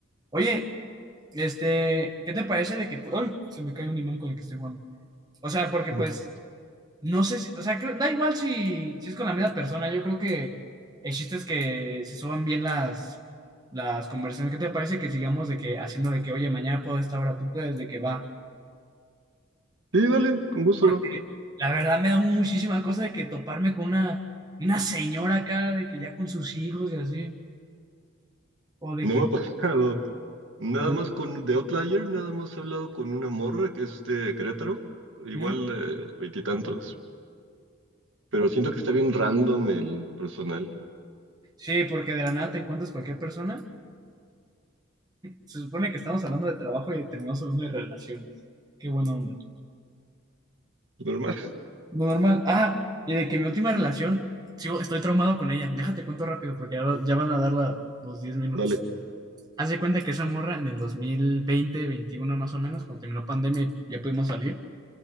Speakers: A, on the right (about 20°); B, on the right (about 70°).
A: Oye, este, ¿qué te parece de que. pu- Ay, se me cae un imán con el que estoy jugando. O sea, porque
B: <laughs>
A: pues No sé si, o sea, creo- da igual si, si es con la misma persona. Yo creo que el chiste es que se suban bien las, las conversaciones. ¿Qué te parece que sigamos de que haciendo de que, oye, mañana puedo a esta hora, tú puedes, de que va?
B: Sí, dale, con gusto,
A: Porque
B: bro.
A: la verdad me da muchísima cosa de que toparme con una, una señora acá, de que ya con sus hijos y así, o de
B: No
A: que...
B: me ha <laughs> pasado. Nada
A: o de-
B: más con de Outlier, nada más he hablado con una morra que es de Querétaro. Igual,
A: ¿Mm?
B: eh, veintitantos. Pero siento que está bien random el personal.
A: Sí, porque de la nada te encuentras cualquier persona. Se supone que estamos hablando de trabajo y terminamos hablando de relaciones. Qué buena onda.
B: Normal,
A: Lo normal. Ah, y de que mi última relación, sigo, estoy traumado con ella. Déjate cuento rápido porque ya, ya van a dar la- los diez minutos.
B: <laughs> dale.
A: Haz de cuenta que esa morra en el dos mil veinte veintiuno más o menos, cuando terminó pandemia y ya pudimos salir,